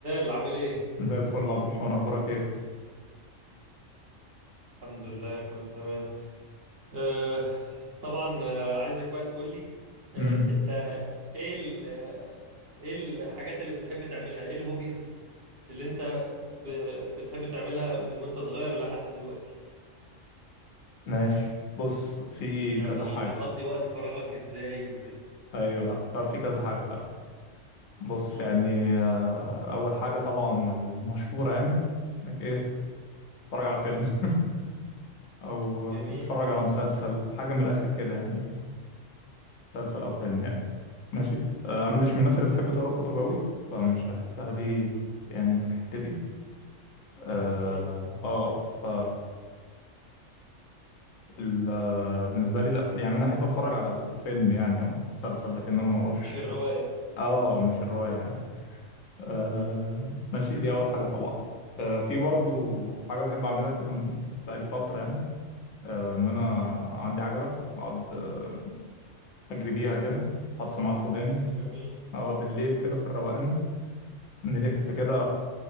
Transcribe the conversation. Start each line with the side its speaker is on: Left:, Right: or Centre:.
Right: بلال عامل ايه؟
Left: زي الفل يا عبد الرحمن اخبارك ايه
Right: الحمد لله كله تمام آه طبعا آه، عايزك بقى تقول لي آه
Left: امم
Right: انت ايه ال آه، ايه الحاجات اللي بتحب تعملها ايه الهوبيز اللي انت ب... بتحب تعملها من وانت صغير لحد دلوقتي
Left: ماشي بص في
Right: يعني
Left: كذا حاجه
Right: بتقضي وقت فراغك ازاي وكده
Left: ايوه لا لا في كذا حاجه فعلا بص
Right: امم
Left: يعني آه، اول حاجه طبعا والمشهوره يعني انك ايه تتفرج على فيلم <laughs> او
Right: جميل
Left: تتفرج على مسلسل حاجه من الاخر كده يعني مسلسل
Right: امم
Left: او فيلم يعني ماشي آه، انا مش من الناس اللي بتحب تقرا كتب قوي فمش بحسها دي يعني حتتي اه
Right: ايوه
Left: آه، ف ال- آه، بالنسبه لي الأف... يعني انا احب اتفرج على الفيلم يعني او مسلسل لكن انا ما اقراش
Right: مش الرواية
Left: اه مش الروايه يعني آه
Right: امم
Left: ماشي دي اول حاجه طبعا آه في برضو حاجه بحب اعملها كده من- بقالي فتره يعني آه ان انا عندي عجله اقعد آه، اجري بيها كده احط سماعات في وداني
Right: جميل
Left: اه بالليل كده في الروقان نلف كده